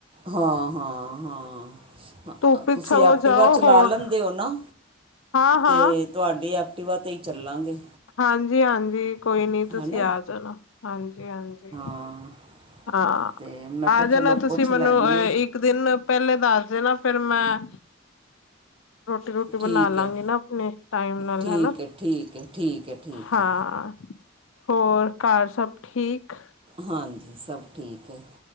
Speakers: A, on the right; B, on the left.
A: ਹਾਂ ਹਾਂ ਹਾਂ
B: ਧੁੱਪ ਵਿੱਚ
A: ਤੁਸੀਂ
B: ਸਗੋਂ
A: ਐਕਟੀਿਵਾ
B: ਜਾਓ
A: ਚਲਾ
B: ਹੋਰ
A: ਲੈਂਦੇ ਹੋ ਨਾ?
B: ਹਾਂ ਹਾਂ
A: ਤੇ ਤੁਹਾਡੀ ਐਕਟੀਿਵਾ ਤੇ ਹੀ ਚੱਲਾਂਗੇ।
B: ਹਾਂਜੀ, ਹਾਂਜੀ ਕੋਈ ਨੀ ਤੂਸੀ
A: ਹੈਨਾ
B: ਆ ਜਾਨਾ ਹਾਂਜੀ, ਹਾਂਜੀ।
A: <unintelligible>
B: ਹਾਂ,
A: ਤੇ ਮੈਂ
B: ਆ
A: ਕਿਹਾ
B: ਜਾਨਾ
A: ਚਲੋ
B: ਤੂਸੀ
A: ਪੁੱਛ ਲੈਂਦੀ
B: ਮਨੂੰ ਅ
A: ਹਾਂ
B: ਇਕ ਇਕ ਦਿਨ ਪੈਲੇ ਦਾੱਸ ਦੇਨਾ ਫੇਰ ਮੈਂ ਰੋਟੀ, ਰੂਟੀ
A: ਠੀਕ
B: ਬਨਾ ਲਾਂਗੀ
A: ਹੈ
B: ਨਾ ਅਪਨੀ, ਟਾਈਮ ਨਾਲ
A: ਠੀਕ
B: ਹਨਾ
A: ਹੈ ਠੀਕ ਹੈ ਠੀਕੈ, ਠੀਕ
B: ਹਾਂ,
A: ਠੀ ਹੈ
B: ਹੋਰ ਘਾਰ ਸਬ ਠੀਕ?
A: ਹਾਂਜੀ, ਸਬ ਠੀਕ ਏ,